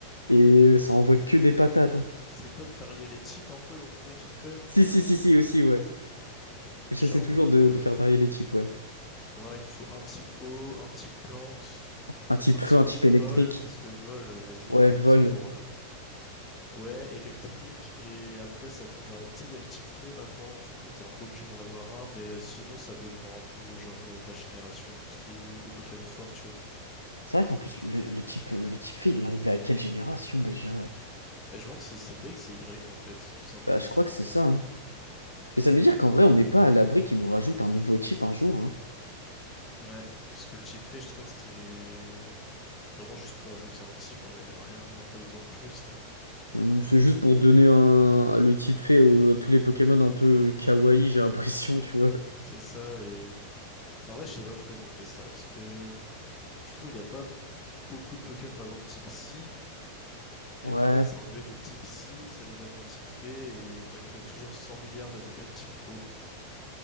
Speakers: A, on the left (about 85°); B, on the left (about 20°).
A: Et euh, ça envoie que des patates. hein.
B: T'essayes pas de varier les types un peu dans ton équipe quand même.
A: Si, si, si, si, aussi, ouais. J'essaie
B: Genre,
A: toujours
B: euh,
A: de, de faire varier les types, ouais.
B: moi, il me faut un type eau, un type plante,
A: Un type
B: Un type
A: feu, un type électrique.
B: vol, parce que vol, euh, vas-y,
A: Ouais,
B: euh,
A: vol.
B: en besoin pour... euh, Ouais, électrique, et après, ça peut... va- Tu sais, il y a le type fait maintenant, du coup, t'es un peu obligé d'en avoir un, mais euh, sinon, ça dépend un peu, genre, euh, de la génération et tout ce qui est des Pokémon forts, tu vois.
A: C'est vrai qu'en plus, le, le type, euh, le type fait, il est arrivé à quelle génération déjà?
B: Mais je me demande si c'est pas X et Y, en fait, tout simplement.
A: Bah, je crois que c'est ça, hein. Mais ça veut dire qu'en vrai, on n'est pas à l'abri qu'ils nous rajoutent un nouveau type un jour, hein.
B: Ouais, parce que le type fait, je trouvais que c'était vraiment juste pour ajouter un type, hein, il y avait rien, pas besoin de plus, hein.
A: Hmm, C'est juste pour donner un... le type fait aux- à tous les Pokémon un peu kawaii, j'ai l'impression, tu vois.
B: C'est ça, et... En vrai, je sais pas pourquoi ils ont fait ça, parce que je trouve il y a pas beaucoup de Pokémon, par exemple, type psy,
A: Ouais.
B: Et au final, ça a enlevé des petits psys, ça les a mis en type fée, et t'as que toujours 100 milliards de Pokémon type O.